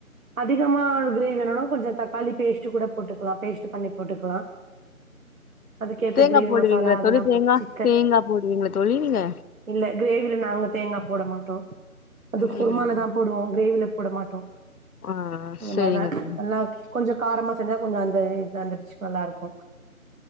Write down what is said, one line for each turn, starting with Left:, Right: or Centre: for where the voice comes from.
Right: அதிகமா கிரேவி வேணுனா கொஞ்சோ தக்காளி பேஸ்ட் கூட போட்டுக்கலா பேஸ்ட் பண்ணி போட்டுக்கலா அதுக்கேத்த
Left: தேங்கா
Right: கிரேவி
Left: போடுவீங்களா
Right: மசாலா அதெல்லா
Left: தோழி தேங்கா
Right: போட்டுச்சு
Left: தேங்கா போடுவீங்ல தோழி நீங்க
Right: இல்ல கிரேவில நாங்க தேங்கா போட மாட்டோ அது குருமால
Left: ம்
Right: தா போடுவோ கிரேவில போட மாட்டோ
Left: ஆ
Right: இந்த
Left: சரிங்க
Right: மாரி தா
Left: தோழி
Right: என்ன கொஞ்ச காரமா செஞ்சா கொஞ்ச அந்த இதாந்துருச்சி நல்லாருக்கு